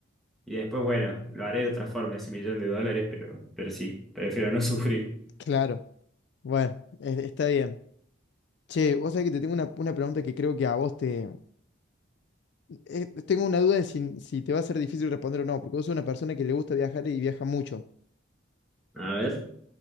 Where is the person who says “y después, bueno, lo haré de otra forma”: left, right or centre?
Centre